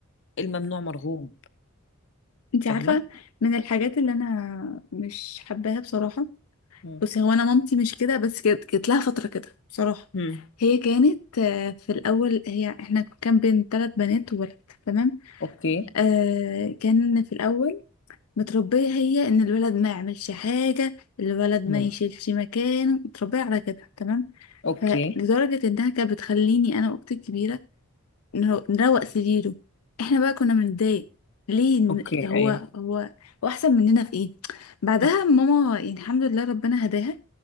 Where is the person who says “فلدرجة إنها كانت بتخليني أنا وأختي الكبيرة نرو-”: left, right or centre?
Left